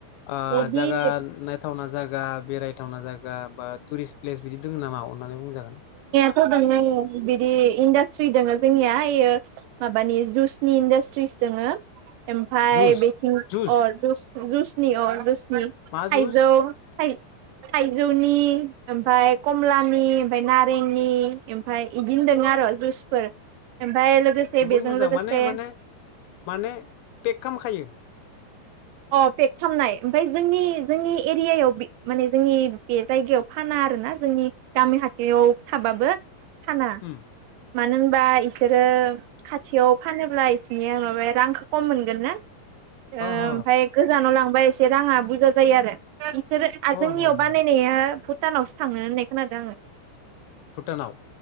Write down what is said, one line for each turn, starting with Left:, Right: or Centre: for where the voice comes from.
Left: आं
Right: बिदि
Left: जागा नायथावना जागा बेरायथावना जागा बा टुरिस प्लेस बिदि दङ नामा अनानै बु बुंजागोन।
Right: दङ बिदि इन्डासट्रि दोंङो जोंनिया यो माबानि जुइसनि इन्डासट्रिस दोङो। ओमफाय
Left: जुस
Right: बेथिं
Left: जुस
Right: अ ज जुइसनि अ जुइसनि थाइजौ।
Left: मा जुस
Right: थाइ थाइजौनि ओमफाय कमलानि। ओमफाय नारेंनि ओमफाय इदिनो दों आरो जुसफोर। ओमफाय लोगोसे
Left: जबोद
Right: बेजों
Left: मोजां
Right: लोगोसे
Left: माने माने माने पेक खालामखायो।
Right: अ पेक खालामनाय ओमफाय जोंनि जोंनि एरियायाव पे माने जोंनि बे जायगायाव फाना आरोना जोंनि गामि खाथियाव थाबाबो। फाना
Left: उम
Right: मानो होनबा इ। बिसोरो खाथियाव फानोब्ला इसनिया माबाया रांखौ कम मोनगोन ना। ओ ओमफ्राय
Left: अ ह।
Right: गोजानाव लांबा एसे राङा बुरजा जायो आरो। आं बिसोरो आ
Left: अह
Right: जोंनियाव
Left: अह
Right: बानायनाया भु। भुटानावसो थाङो होननाय खोनादों आङो।
Left: भुटानाव।